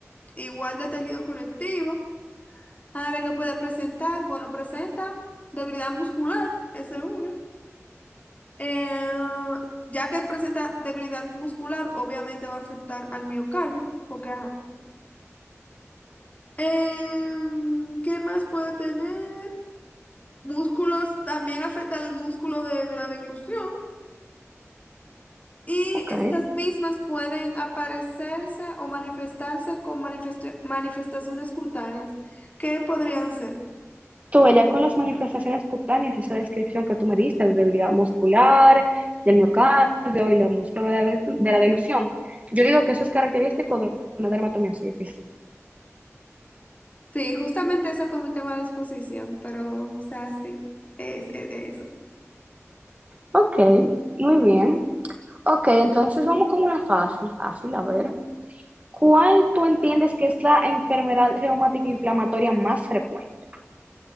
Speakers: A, on the left; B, on the right.
A: igual del tejido conectivo. A ver qué puede presentar. Bueno, presenta debilidad muscular, esa es una. Eh, ya que presenta debilidad muscular, obviamente va a afectar al miocardio, porque ajá. Em, ¿qué más puede tener? Músculos, también afecta al músculo de, de la deglución. Y
B: ok.
A: estas mismas pueden aparecerse o manifestarse con manifestu- manifestaciones cutáneas. ¿Qué podrían ser?
B: Tuve ya con las manifestaciones cutáneas, esa descripción que tú me diste de debilidad muscular, del miocardio y la músculo de la, de- la delusión Yo digo que eso es característico de una dermatomiositis.
A: Sí, justamente ese fue mi tema de exposición, pero, o sea, sí, es, es- es eso.
B: Ok, muy bien. Ok, entonces vamos con una fácil, fácil, a ver. ¿Cuál tú entiendes que es la enfermedad reumática inflamatoria más frecuente?